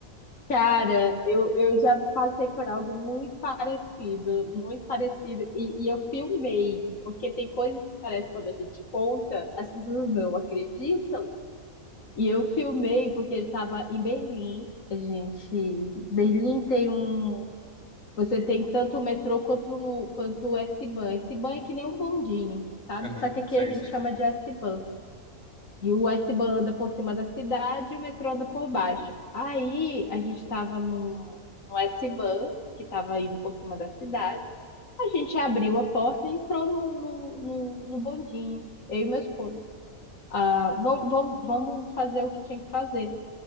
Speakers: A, on the left; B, in the centre.
A: Cara, eu, eu já passei por algo muito parecido, muito parecido, e, e eu filmei, porque tem coisas que parece que quando a gente conta, as pessoas não acreditam. E eu filmei porque ele estava em Berlim. A gente, Berlim tem um Você tem tanto o metrô quanto, quanto o S-Bahn. S-Bahn é que nem um bondinho, sabe?
B: Aham,
A: Só que aqui
B: sei,
A: a gente
B: sei,
A: chama
B: sei.
A: de S-Bahn. E o S-Bahn anda por cima da cidade e o metrô anda por baixo. Aí a gente estava no, no S-Bahn, que estava indo por cima da cidade. A gente abriu a porta e entrou no, no, no, no bondinho, eu e meu esposo. Ah, vamos, vamos, vamos fazer o que tinha que fazer.